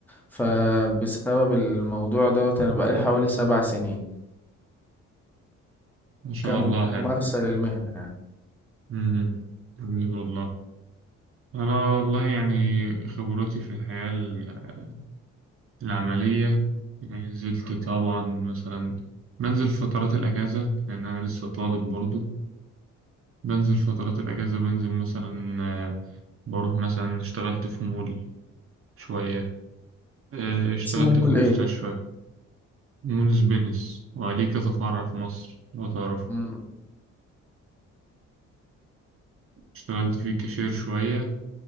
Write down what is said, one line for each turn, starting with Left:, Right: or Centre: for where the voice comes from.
Centre: فبسبب الموضوع دوت انا بقالي حوالي سبع سنين
Right: ما شاء
Centre: كممارسة
Right: الله حلو
Centre: للمهنة يعني
Right: امم جميل والله انا والله يعني خبرتي في الحياة ال- العملية يعني نزلت طبعا مثلا بنزل فترات الاجازة لان انا لسه طالب برضه بنزل فترات الاجازة بنزل مثلا آه، بروح مثلا اشتغلت في مول شوية آه، اشتغلت
Centre: اسمه مول
Right: في مستشفى
Centre: ايه
Right: مونس بينس وعليه كذا فرع في مصر لو تعرفه
Centre: مم.
Right: اشتغلت فيه كاشير شوية